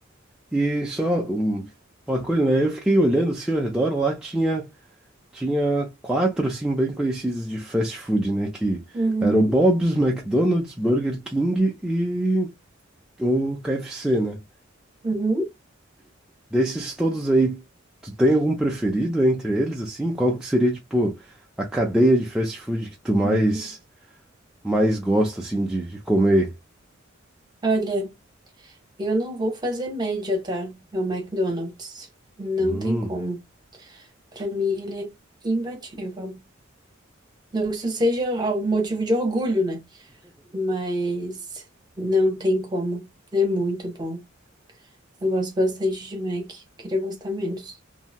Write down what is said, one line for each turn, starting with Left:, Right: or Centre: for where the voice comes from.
Centre: E só um- uma coisa, né? Eu fiquei olhando assim ao redor, lá tinha, tinha quatro, assim, bem conhecidos de fast food, né? Que
Right: Uhum,
Centre: era o Bob's, McDonald's, Burger King e o KFC, né?
Right: uhum,
Centre: Desses todos aí, tu tem algum preferido entre eles, assim? Qual que seria, tipo, a cadeia de fast food que tu mais,
Right: uhum.
Centre: mais gosta, assim, de, de comer?
Right: Olha, eu não vou fazer média, tá? É o McDonald's. Não
Centre: Hum,
Right: tem como. Pra mim, ele é imbatível. Não que isso seja o motivo de orgulho, né? mas não tem como. É muito bom. Eu gosto bastante de Mac, queria gostar menos.